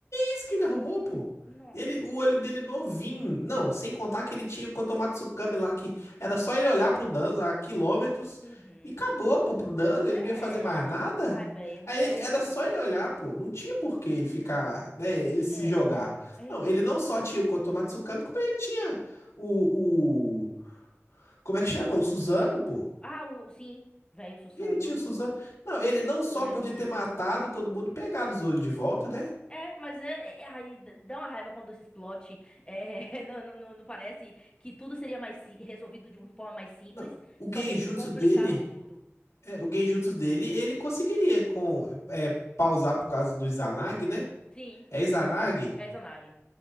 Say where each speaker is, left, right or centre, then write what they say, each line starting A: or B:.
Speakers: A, on the left (about 80°); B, on the left (about 20°).
A: isso que ele arrumou, pô?
B: Nossa.
A: Ele, o olho dele novinho. Não, sem contar que ele tinha o Kotomatsukami lá, que era só ele olhar
B: Sim.
A: pro Danza a quilômetros
B: Uhum,
A: e acabou,
B: uhum.
A: pô, pro Danza, ele
B: É.
A: não ia fazer mais nada.
B: Ai, velho,
A: Aí
B: não dá
A: ele-
B: nem.
A: era só ele olhar, pô. Não tinha por que ele ficar, né, ele se
B: É,
A: jogar.
B: é
A: Não,
B: ridículo.
A: ele não só tinha o Kotomatsukami, como ele tinha o, o... Como é que chama? O Suzano, pô.
B: Ah, o, sim, velho, Susano,
A: Ele tinha o Suzano. Não, ele não só
B: poderosíssimo.
A: podia ter matado todo mundo e pegado os olhos de volta, né?
B: É, mas é, é- é, aí d- dá uma raiva quando esses plot é, <laughs> não, não- não- não parece que tudo seria mais si- resolvido de uma forma mais simples,
A: Não, o
B: só
A: genjutsu
B: que eles complicaram
A: dele.
B: tudo.
A: É, o genjutsu dele, ele conseguiria com é, pausar por causa do Izanagi, né?
B: Sim,
A: É Izanagi?
B: sim, é Izanagi.